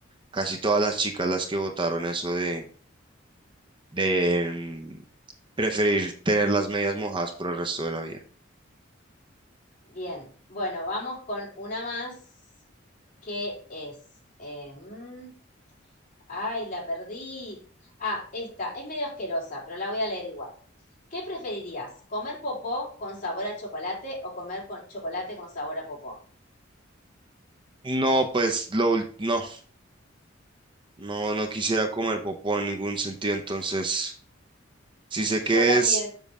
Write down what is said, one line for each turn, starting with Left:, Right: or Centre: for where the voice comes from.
Right: casi todas las chicas las que votaron eso de, de mm, preferir tener las medias mojadas por el resto de la vida.
Left: Bien, bueno, vamos con una más que es... em, Ay, la perdí. Ah, esta es medio asquerosa, pero la voy a leer igual. ¿Qué preferirías? ¿Comer popó con sabor a chocolate o comer con chocolate con sabor a popó?
Right: No, pues lo, ul- no, no, no quisiera comer popó en ningún sentido, entonces, si sé
Left: Yo
Right: que
Left: también.
Right: es,